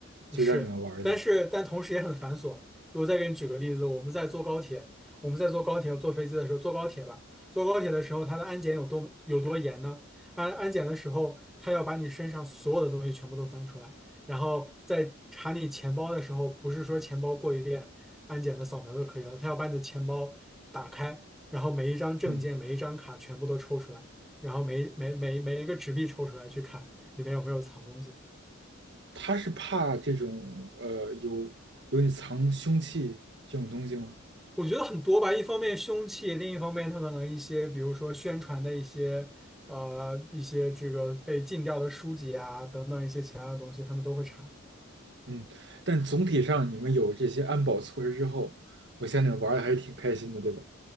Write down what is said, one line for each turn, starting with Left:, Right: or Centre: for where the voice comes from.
Right: 就让你们玩儿的。
Centre: 是，但是但同时也很繁琐。就我再给你举个例子，我们在坐高铁，我们在坐高铁坐飞机的时候，坐高铁吧，坐高铁的时候，它的安检有多有多严呢？安安检的时候，他要把你身上所有的东西全部都翻出来，然后在查你钱包的时候，不是说钱包过一遍安检的扫描就可以了，他要把你的钱包打开，然后每一张证件、
Right: 嗯。
Centre: 每一张卡全部都抽出来，然后每每每每一个纸币抽出来去看里面有没有藏东西。
Right: 他是怕这种呃有有你藏凶器这种东西吗？
Centre: 我觉得很多吧，一方面凶器，另一方面他可能一些，比如说宣传的一些，呃，一些这个被禁掉的书籍啊，等等一些其他的东西，他们都会查。
Right: 嗯，但总体上你们有这些安保措施之后，我想你们玩的还是挺开心的，对吧？